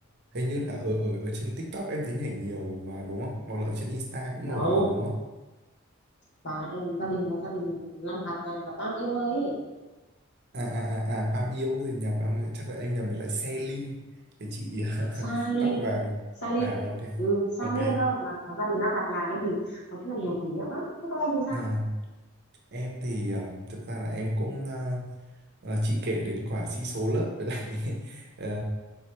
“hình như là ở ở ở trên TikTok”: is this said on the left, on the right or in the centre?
Right